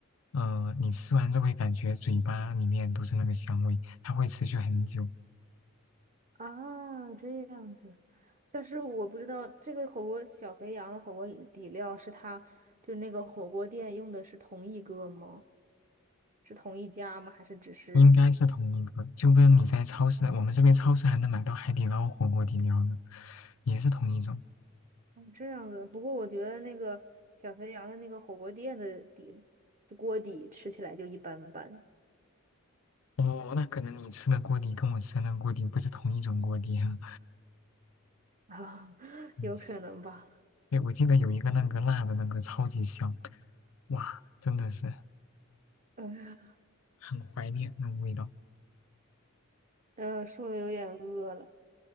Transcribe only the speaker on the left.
呃你吃完就会感觉嘴巴里面都是那个香味，它会持续很久。
应该是同一个，就跟你在超市，我们这边超市还能买到海底捞火锅底料呢，也是同一种。
哦，那可能你吃的锅底跟我吃的那个锅底不是同一种锅底哈。
嗯，
对，我记得有一个那个辣的那个超级香，哇，真的是
很怀念那个味道。